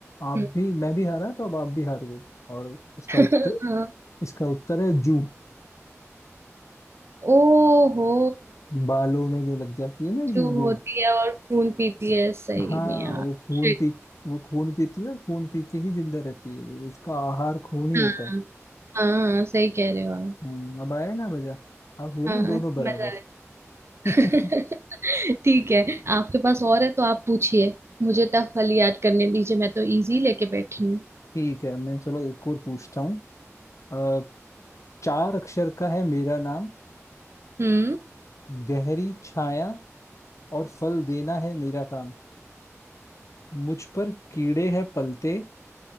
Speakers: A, on the left; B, on the right.
A: आप
B: हम्म।
A: भी मैं भी हारा तो अब आप भी हार गए और इसका
B: <laughs>
A: उत्तर
B: हाँ
A: इसका उत्तर है जू
B: ओहो
A: बालों में जो लग जाती है ना जू
B: जो
A: वो
B: होती है और खून पीती है सही
A: हाँ
B: में यार
A: वो खून
B: शिट
A: पी वो खून पीती है और खून पी के ही जिंदा रहती है वो उसका आहार खून ही
B: हाँ
A: होता है
B: हाँ सही कह रहे हो आप
A: हम्म, अब आया ना मजा अब हुए
B: हाँ
A: ना दोनों बराबर
B: मजा आया
A: <laughs>
B: <laughs> ठीक है आपके पास और है तो आप पूछिए मुझे टफ वाली याद करने दीजिए मैं तो इजी लेके बैठी हूँ
A: ठीक है मैं चलो एक और पूछता हूँ अ, चार अक्षर का है मेरा नाम
B: हम्म
A: गहरी छाया और फल देना है मेरा काम मुझ पर कीड़े हैं पलते